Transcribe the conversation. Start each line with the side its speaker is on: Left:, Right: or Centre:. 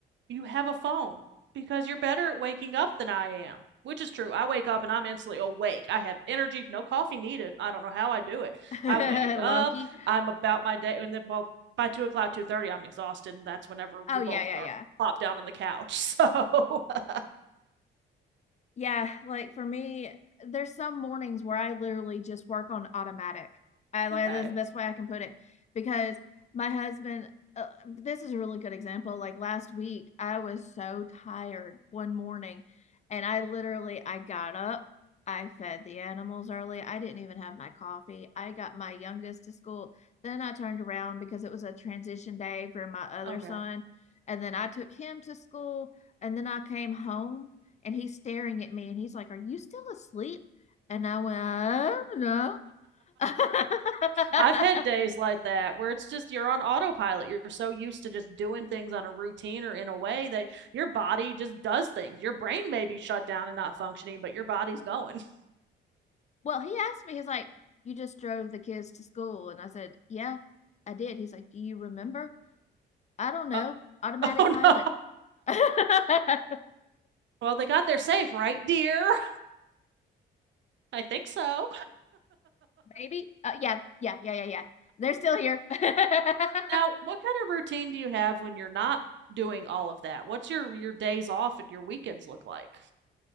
Right: You have a phone because you're better at waking up than I am, which is true. I wake up and I'm instantly awake. I have energy, no coffee needed. I don't know how I do it.
Left: <laughs>
Right: I wake up,
Left: Loki.
Right: I'm about my day, and then, well, by two o'clock, two thirty, I'm exhausted, and that's whenever
Left: Oh
Right: we
Left: yeah,
Right: both
Left: yeah,
Right: are
Left: yeah.
Right: plopped down on the couch. So, <laughs>
Left: Yeah, like for me, there's some mornings where I literally just work on automatic. I like
Right: okay,
Left: that's the best way I can put it because my husband. Uh, this is a really good example. Like last week, I was so tired one morning, and I literally I got up. I fed the animals early. I didn't even have my coffee. I got my youngest to school. Then I turned around because it was a transition day for my other
Right: okay.
Left: son. And then I took him to school. And then I came home and he's staring at me and he's like, Are you still asleep? And I went, uh, No. <laughs>
Right: I've had days like that where it's just you're on autopilot. You're so used to just doing things on a routine or in a way that your body just does things. Your brain may be shut down and not functioning, but your body's going. <laughs>
Left: well, he asked me, He's like, You just drove the kids to school. And I said, Yeah, I did. He's like, Do you remember? I don't know.
Right: Uh,
Left: Automatic
Right: oh
Left: pilot.
Right: no.
Left: <laughs> uh,
Right: Well, they got there safe, right, dear? <laughs> I think so.
Left: maybe. Uh, yeah, yeah, yeah, yeah, yeah. They're still here. <laughs> what
Right: Now, what kind of routine do you have when you're not doing all of that? What's your your days off and your weekends look like?